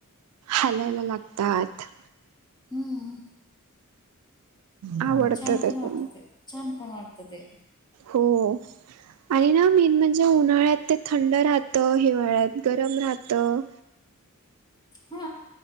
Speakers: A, on the right; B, on the left.
A: हालायला लागतात
B: हम्म
A: आवडतं
B: आणि छान
A: त्याच्यामुळे
B: पण वाटतं ते छान पण वाटतं ते
A: हो आणि ना मेन म्हणजे उन्हाळ्यात ते थंड राहतं हिवाळ्यात गरम राहतं
B: हो